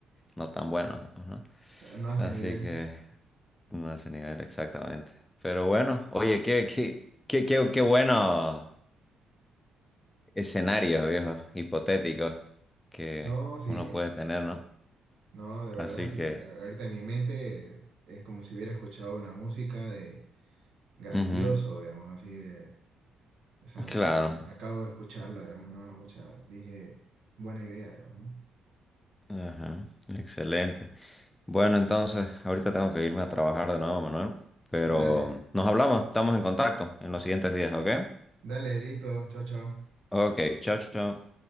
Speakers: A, on the left; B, on the right.
A: no tan buenos, ¿no?
B: no hace
A: Así
B: nivel.
A: que no a ese nivel exactamente. Pero bueno, oye, qué, qué, qué, qué, qué buenos escenarios, viejos, hipotéticos que
B: No, sí,
A: uno puede tener, ¿no?
B: no, de verdad,
A: Así
B: sí.
A: que,
B: A- Ahorita en mi mente es como si hubiera escuchado una música de grandioso,
A: ujú,
B: digamos, así de, o sea, a-
A: claro.
B: a- acabo de escucharla, digamos, ¿no? Pucha, dije, buena idea, digamos, ¿no?
A: Ajá, excelente. Bueno, entonces, ahorita tengo que irme a trabajar de nuevo, Manuel, pero
B: Dale,
A: nos hablamos, estamos en contacto en los siguientes días, ¿ok?
B: dale, listo, chao, chao.
A: Ok, chao, chao.